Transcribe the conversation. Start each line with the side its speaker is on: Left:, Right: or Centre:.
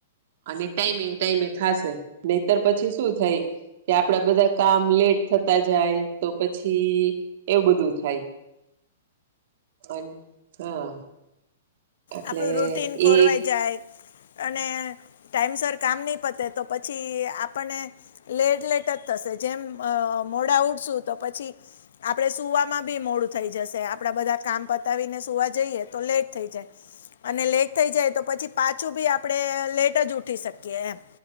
Right: અને ટાઈમે ટાઈમે થાશે નહીતર પછી શું થાય. કે આપડા બધા કામ લેટ થતા જાય તો પછી એવું બધું થાય. અન હા. એટલે
Left: આપણું રૂટીન ખોરવાઈ
Right: એ
Left: જાય. અને ટાઈમસર કામ ની પતે તો પછી આપણને લેટ, લેટ જ થશે જેમ મોડા અ ઉઠશું તો પછી આપડે સુવામાં બી મોડું થઈ જશે. આપડા બધા કામ પતાવીને સુવા જઈએ તો લેટ થઈ જાય. અને લેટ થઈ જાય તો પછી પાછું ભી આપણે લેટ જ ઉઠી શકીએ એમ.